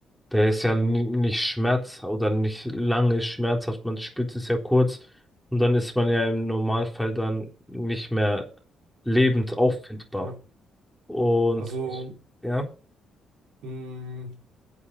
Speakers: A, in the centre; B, on the right.
A: der ist ja ni- nicht schmerz oder nicht lange schmerzhaft, man spürt es ja kurz und dann ist man ja im Normalfall dann nicht mehr lebend auffindbar.
B: Ja.
A: Und
B: Also,
A: ja,
B: mh,